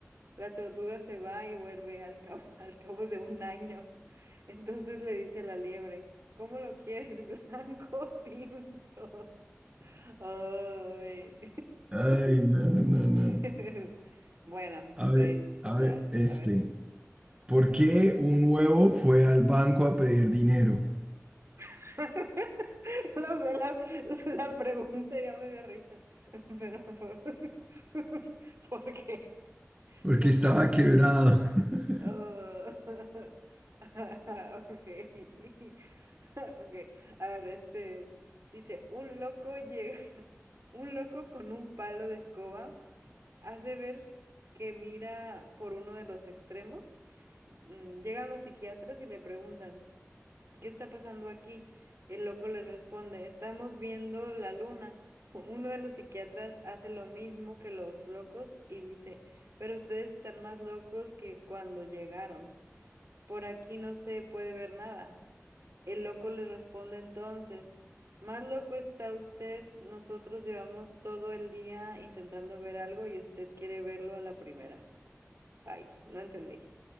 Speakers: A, on the right (about 60°); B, on the right (about 20°).
A: La tortuga se va y vuelve al cabo, <laughs> al cabo de un año. Entonces le dice la liebre, ¿cómo lo quieres, <laughs> blanco o tinto? <laughs> Ay.
B: Ay, no, no, no.
A: <laughs> Bueno,
B: A
A: pues,
B: ver, a
A: a
B: ver, este.
A: a ver.
B: ¿Por qué un huevo fue al banco a pedir dinero?
A: <laughs> <laughs> No sé, la, la pregunta ya me dio risa, <laughs> pero fue- <laughs> ¿por qué?
B: Porque
A: ¿Por
B: estaba
A: qué?
B: quebrado. <laughs>
A: Oh, <laughs> Ah, ok, <laughs> ok. A ver, este dice, un loco llega, <laughs> un loco con un palo de escoba hace ver que mira por uno de los extremos. Mm, Llegan los psiquiatras y le preguntan. ¿Qué está pasando aquí? El loco le responde, estamos viendo la luna. <laughs> Uno de los psiquiatras hace lo mismo que los locos y dice, pero ustedes están más locos que cuando llegaron. Por aquí no se puede ver nada. El loco le responde entonces, más loco está usted, nosotros llevamos todo el día intentando ver algo y usted quiere verlo a la primera. Ay, no entendí.